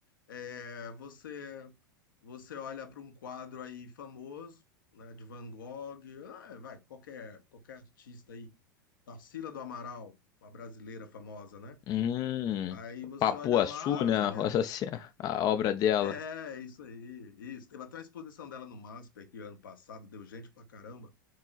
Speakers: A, on the left; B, on the left.
A: É, você Você olha para um quadro aí famoso, né, de Van Gogh, ah, vai, qualquer, qualquer artista aí, Tarsila do Amaral, uma brasileira famosa, né?
B: Hum,
A: Aí você
B: Papuaçu,
A: olha lá,
B: né?
A: você
B: <laughs>
A: vê,
B: Essa, a obra dela.
A: é, isso aí, isso. Teve até uma exposição dela no MASP aqui ano passado, deu gente pra caramba.